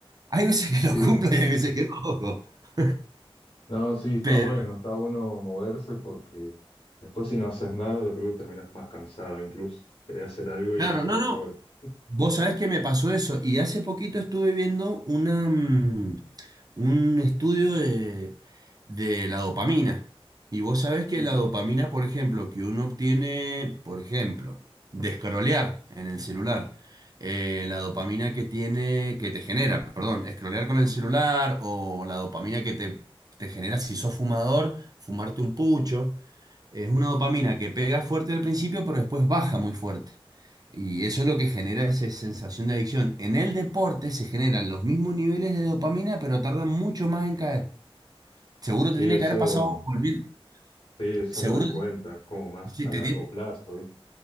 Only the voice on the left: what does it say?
Sí.
No, sí, está
bueno, está bueno moverse porque después si no haces nada, yo creo que terminas más cansado incluso. Querés hacer algo
y no te
da el
cuerpo.
Ujú.
Sí,
eso,
sí, eso
me doy cuenta, es como más
a
largo
plazo, ¿viste?